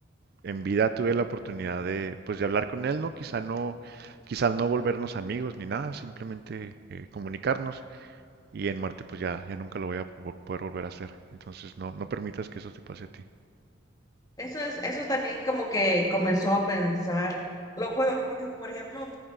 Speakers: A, on the right; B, on the left.
A: en vida tuve la oportunidad de, pues, de hablar con él, ¿no? Quizá no, quizá no volvernos amigos ni nada, simplemente eh, comunicarnos y en muerte pues ya, ya nunca lo voy a po- poder volver a hacer. Entonces no, no permitas que eso te pase a ti.
B: Eso es, eso también como que comenzó a pensar, lo bueno, porque por ejemplo,